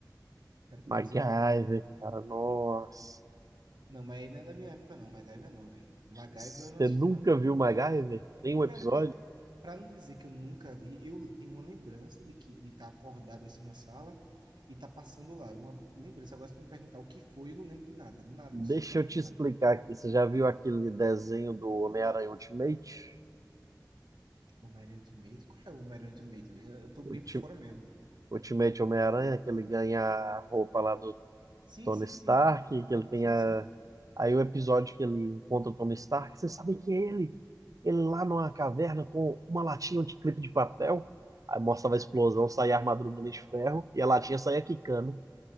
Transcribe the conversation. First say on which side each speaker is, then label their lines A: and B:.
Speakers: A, on the right (about 80°); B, on the right (about 50°).
A: O cara que
B: MacGyver,
A: resolvia tudo.
B: cara, nossa.
A: Não, mas aí não é da minha época, não. MacGyver não, velho. MacGyver
B: Você
A: eu não assisti,
B: nunca
A: não.
B: viu MacGyver? Nenhum episódio?
A: Velho, Para não dizer que eu nunca vi, eu tenho uma lembrança de que de estar acordado assim na sala e estar passando lá. Uma lembrança. Agora, se tu me perguntar o que foi, eu não lembro de nada. Nada,
B: Deixa
A: absolutamente
B: eu te
A: nada.
B: explicar aqui. Você já viu aquele desenho do Homem-Aranha Ultimate?
A: Homem-Aranha Ultimate? Qual é o Homem-Aranha Ultimate? Eu, eu tô bem
B: Ulti-
A: por fora mesmo.
B: Ultimate Homem-Aranha, que ele ganha a roupa lá do
A: Sim,
B: Tony
A: sim,
B: Stark,
A: sim.
B: que ele tem
A: Sim,
B: a...
A: sim.
B: Aí o episódio que ele encontra o Tony Stark, você sabe que é ele? Ele lá numa caverna com uma latinha de clipe de papel, aí mostrava a explosão, saía a armadura do Homem de Ferro, e a latinha saía quicando.